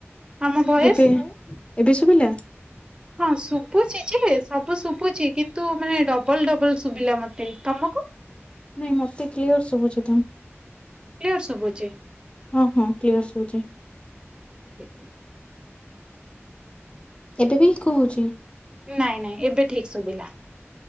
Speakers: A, on the right; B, on the left.
A: ଆମ ଭଏସ?
B: ଏବେ ଏବେ ଶୁଭିଲା।
A: ହଁ ଶୁଭୁଛି ଯେ ସବୁ ଶୁଭୁଛି କିନ୍ତୁ ମାନେ ଡବଲ୍ ଡବଲ୍ ଶୁଭିଲା ମତେ ତମକୁ।
B: ନାଇଁ ମତେ କ୍ଲିୟର ସୁବୁଛି ତ।
A: କ୍ଲିୟର ଶୁଭୁଛି
B: ହଁ ହଁ କ୍ଲିୟର ସୁବୁଛି।
A: ହ <inaudible>
B: ଏବେ ବି ଇକୋ ହଉଛି।
A: ନାଇଁ ନାଇଁ ଏବେ ଠିକ ଶୁଭିଲା।